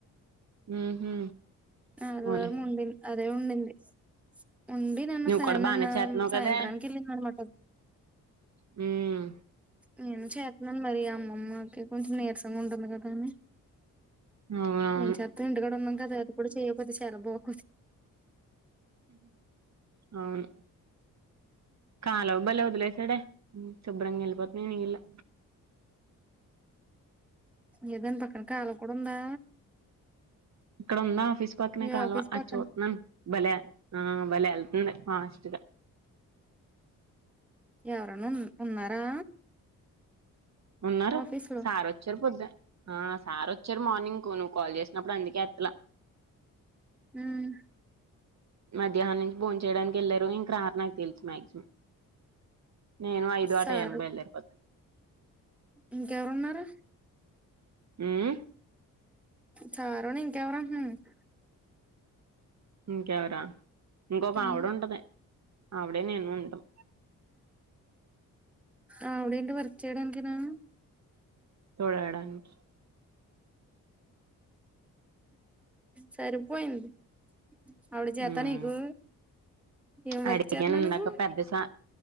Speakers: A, on the right; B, in the centre.
A: హ్మ్ హు
B: అదివారం
A: అవునులే
B: వండింది <unintelligible> అదే ఉండింది ఉండి నిన్న
A: నువ్వు
B: <unintelligible>
A: కూడా బానే
B: నిన్న
A: చేత్తున్నావు
B: సాయంత్రానికి
A: కదే
B: వెళ్ళింది అనమాట
A: హ్మ్
B: నేను చేతున్నాను మరి అమ్మమ్మకి కొంచెం నీరసంగా ఉంటుంది కదాని
A: అవునవును
B: ఏం చేస్తాం ఇంటికాడ ఉన్నాం కదా అది కూడా చేయ్యకపోతే చాలా బోర్
A: అవును కాలవ బలే వదిలేసాడే శుభ్రంగా వెళ్ళిపోతున్నాయి నీళ్లు
B: ఏదండి పక్కన కాళ కూడా ఉందా
A: ఇక్కడ ఉందా ఆఫీస్ పక్కనే
B: మీ
A: కాలవ
B: ఆఫీస్
A: అది
B: పక్కన
A: చూస్తున్నాను భలే ఆ భలే వెళ్తుంది ఫాస్ట్ గా
B: ఎవరైనా ఉ ఉన్నారా
A: ఉన్నారు
B: ఆఫీస్ లో
A: సార్ వచ్చారు పొద్దు ఆ సార్ వచ్చారు మార్నింగ్ కు నువ్వు కాల్ చేసినప్పుడు అందుకే ఎత్తలా
B: హ్మ్
A: మధ్యాహ్నం నుంచి భోన్ చేయడానికి వెళ్ళారు ఇంక రారు నాకు తెలుసు మాక్సిమం నేను ఐదు ఆ
B: సారు
A: టైం కి బయదరిపోతా
B: ఇంకెవరున్నారు
A: హ్మ్
B: సారుని ఇంకెవరు అంటున్నాను <unintelligible>
A: ఇంకెవరా ఇంకొక
B: ఉమ్
A: ఆవిడ ఉంటంది ఆవిడే నేను ఉంటాం
B: ఆవిడేంటి వర్క్ చేయడానికేనా
A: తుడవడానికి <unintelligible>
B: సరిపోయింది అవిడ జత
A: ఉమ్
B: నీకు ఏం
A: అడిగాను
B: వర్క్ చేస్తున్నావు
A: ఇన్దాక
B: నువ్వు
A: పెద్ద స